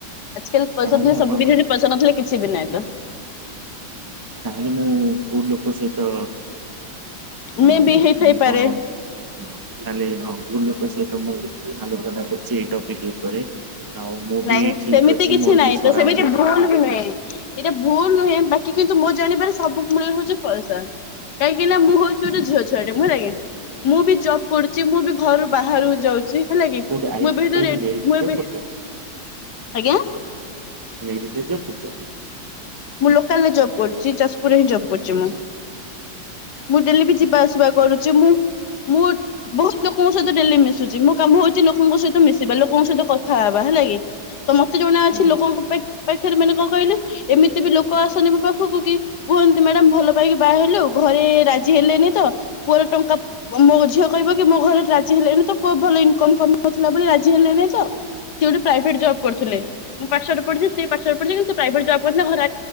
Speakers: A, on the left (about 65°); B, on the right (about 35°).
A: ଆଜିକାଲି ପଇସା
B: ତାହେଲେ
A: ଥିଲେ
B: ଆପଣଙ୍କ
A: ସବୁ କିଛି ଯଦି ପଇସା ନଥିଲେ କିଛି ବି ନାହିଁ ତ।
B: ତାହେଲେ ମୁଁ ଭୁଲ ଲୋକ ସହିତ, ଅ
A: ମେ ବି ହେଇଥାଇପାରେ
B: ମାନେ କଣ ହ ତାହଲେ ହଁ ଭୁଲ ଲୋକ ସହିତ ମୁଁ ଆଲୋଚନା କରିଛି ଏଇ ଟପିକ ଉପରେ। ଆଉ ମୁଁ
A: ନାଇଁ
B: ବି ଠିକ
A: ସେମିତି
B: ଅଛି
A: କିଛି
B: ମୋର
A: ନାହିଁ
B: ବି ସରାଉଣ୍ଡିଙ୍ଗ
A: ତ, ସେମିତି ଭୁଲ ବି ନୁହେଁ, ଏଟା ଭୁଲ ନୁହେଁ ବାକି କିନ୍ତୁ ମୋ ଜାଣିବାରେ ସବୁ ମୁଳରେ ହଉଛି ପଇସା। କାହିଁକି ନା ମୁଁ ହଉଛି ଗୋଟେ ଝିଅ ଛୁଆ ଟେ, ହେଲା କି, ମୁଁ ବି ଜବ କରୁଛି ମୁଁ ବି ଘରୁ ବାହାରକୁ ଯାଉଛି ହେଲା କି,
B: କୋଉଠି ଆଇ
A: ମୁଁ ଏ ବିରେ
B: କୋଉଠି ମେରିଟ
A: ମୁଁ
B: ରେ
A: ଏବେ
B: ପଢୁଛ
A: ଆଜ୍ଞା?
B: ମେରିଟ ରେ ଜବ କରୁଛ?
A: ମୁଁ ଲୋକାଲରେ ଜବ କରୁଛି ଯାଜପୁରରେ ହିଁ ଜବ୍ କରୁଛି
B: ଆଚ୍ଛା
A: ମୁଁ, ମୁଁ ଡେଲି ବି
B: ଆଚ୍ଛା।
A: ଯିବା
B: ହୁଁ
A: ଆସିବା କରୁଛି ମୁଁ, ମୁଁ ବହୁତ ଲୋକଙ୍କ ସହିତ ଡେଲି ମିଶୁଛି ମୋ କାମ ହଉଛି ଲୋକଙ୍କ ସହିତ ମିଶିବା, ଲୋ ଲୋକଙ୍କ ସହିତ କଥା ହେବା ହେଲା କି, ତ ମତେ ଜଣେ ଅଛି
B: ହୁଁ।
A: ଲୋକଙ୍କ ପାଖରେ ମାନେ କଣ କହିଲେ ଏମିତି ବି ଲୋକ ଆସନ୍ତି ମୋ ପାଖକୁ କି କୁହନ୍ତି ମ୍ୟାଡାମ ଭଲ ପାଇକି ବାହା ହେଲୁ ଘରେ ରାଜି ହେଲେନି ତ ପୁଅର ଟଙ୍କା ମୋ ଝିଅ କହିବ କି ମୋ ଘରେ ରାଜି ହେଲେନି ତ ପୁଅ ଭଲ ଇନକମ କରୁନଥିଲା ବୋଲି ରାଜି ହେଲେନି ତ ସେ ଗୋଟେ ପ୍ରାଇଭେଟ୍ ଜବ୍ କରିଥିଲେ
B: ହୁଁ।
A: ମୁଁ ପାଠ ସାଠ ପଢିଚି ସେ ପାଠ ସାଠ ପଢିଛନ୍ତି ସେ ପ୍ରାଇଭେଟ ଜବ କୋଉଠି ନା ଘରୁ <inaudible>